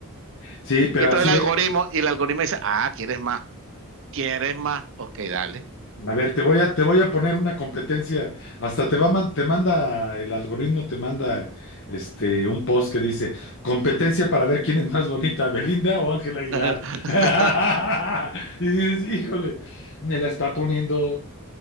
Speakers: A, on the left (about 60°); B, on the right (about 60°).
A: Sí, pero
B: Y entonces
A: así, eh,
B: el algoritmo, y el algoritmo dice, ah, ¿quieres más? ¿Quieres más? Ok, dale.
A: a ver, te voy a, te voy a poner una competencia. Hasta te va a man- te manda, el algoritmo te manda este un post que dice competencia para ver quién es más bonita, Belinda o Ángela Aguilar.
B: <laughs>
A: <laughs> Y dices, híjole, me la está poniendo